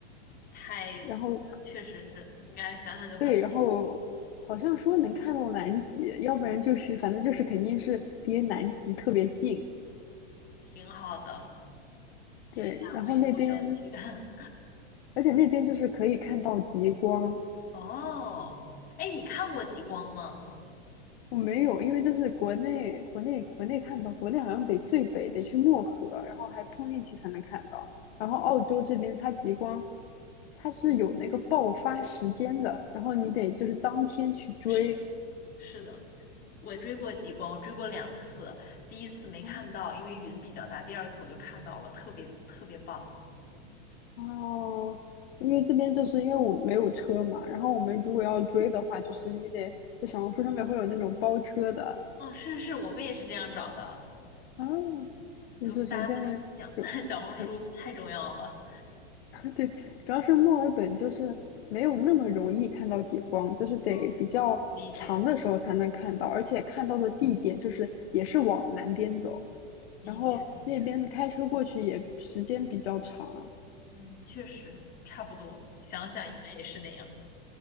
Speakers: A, on the left (about 25°); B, on the left (about 60°).
A: 太，
B: 然后
A: 我觉得确实是应该想想就很美，
B: 对，然后好像说能看到南极，要不然就是反正就是肯定是离南极特别近。
A: 挺好的，期待我一会儿要去。
B: 对，然后那边
A: <laughs>
B: 而且那边就是可以看到极光，
A: 哦，哎，你看过极光吗？
B: 我没有，因为就是国内国内国内看不到，国内好像得最北得去漠河，然后还碰运气才能看到。然后澳洲这边它极光，
A: 哦，
B: 它是有那个爆发时间的，然后你得就是当天去追。
A: 是的，是的。我追过极光，追过两次，第一次没看到，
B: 啊
A: 因为云比较大，第二次我就看到了，特别特别棒。
B: 哦，因为这边就是因为我没有车嘛，然后我们如果要追的话，就是你得就小红书上面会有那种包车的
A: 哦，是是是，我们也是这样找的，
B: 啊，就是反正就对，
A: 都大家都挺像，<laughs> 小红书太重要了。
B: 对，主要是墨尔本就是没有那么容易看到极光，就是得比较强的时候才能看到，
A: 嗯，理解
B: 而且看到的地点就是也是往南边走，
A: 理解理解，
B: 然后那边开车过去也时间比较长。
A: 嗯，确实差不多，想想应该也是那样。